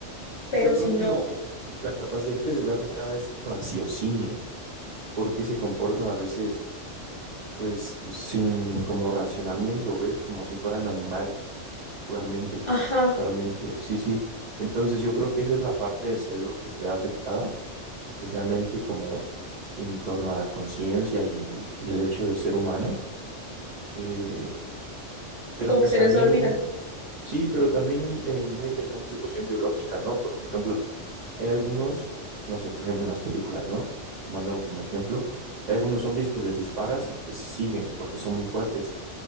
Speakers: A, on the right (about 45°); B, on the left (about 50°).
A: Yo
B: pero
A: creo
B: si no,
A: que lo que la capacidad que se ve afectada es su raciocinio, porque se comportan a veces, pues, sin como racionamiento, ¿ves? Como si fueran animales, puramente,
B: ajá,
A: solamente, sí, sí. Entonces yo creo que esa es la parte del cerebro que se ve afectada, especialmente como en torno a la conciencia y el, y el hecho de ser humano. Eh, pero
B: como
A: pues
B: que se
A: también,
B: les olvida.
A: sí, pero también eh, muy interesante su cuestión biológica, ¿no? Porque, por ejemplo, Hay algunos, no sé, por ejemplo en las películas, ¿no? Tomándolo como ejemplo, hay algunos zombies que les disparas y pues siguen porque son muy fuertes.